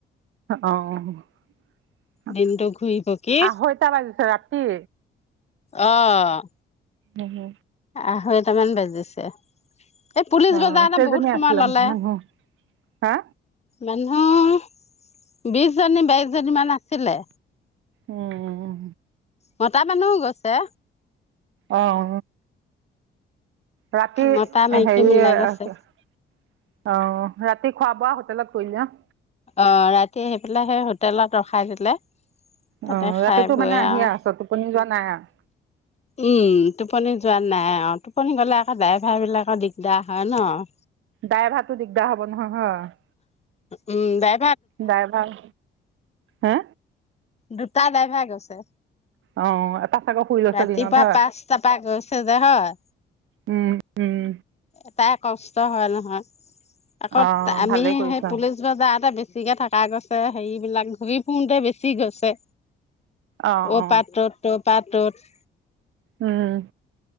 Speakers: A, on the right; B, on the left.
A: অ'
B: দিনটো ঘূৰি পকি
A: আঢ়ৈটা বাজিছে ৰাতি
B: আহ
A: উম হু
B: আঢ়ৈটামান বাজিছে এই পুলিচ
A: অঁ
B: বজাৰতে
A: কেইজনী
B: বহুত সময়
A: আছিলে
B: ল'লে
A: মানুহ হা
B: মানুহৰ বিশ জনী বাইশ জনী মান আছিলে
A: উম
B: মতা মানুহও গৈছে
A: অহ ৰাতি
B: মতা মাইকী
A: হেৰি
B: মিলাই
A: অ'
B: গৈছে
A: ৰাতি খোৱা-বোৱা হোটেলত কৰিলি ন?
B: অ' ৰাতি আহি পেলাই সেই হোটেলত ৰখাই দিলে। তাতে
A: অঁ
B: খাই
A: ৰাতিটো
B: বৈ
A: মানে আহি
B: আও,
A: আছ টোপনি যোৱা নাই আৰু
B: উম টোপনি যোৱা নাই আৰু টোপনি গ'লে আকৌ ড্ৰাইভাৰ বিলাকৰ দিগদা হয় ন
A: দাইভাতো দিগদাৰ হব নহয় হয়। <inaudible>
B: উম দাই
A: ডাইভাৰ হে
B: দুটা ডাইভাৰ গৈছে।
A: অ এটা চাগৈ শুই লৈছে
B: ৰাতিপুৱা
A: দিনত হয়
B: পাঁচটা পা গৈছে যে হয়
A: উম উম
B: এটাৰে কষ্ট হয় নহয়। আকৌ
A: অ
B: আমি
A: ভালেই কৰিছা
B: সেই পুলিচ বজাৰতে ডি বেছিকে থকা গৈছে হেৰিবিলাক ঘূৰি ফুুৰতে বেছি গৈছে।
A: অ
B: ও
A: অ
B: পাত্ৰত তাত উঠ।
A: উম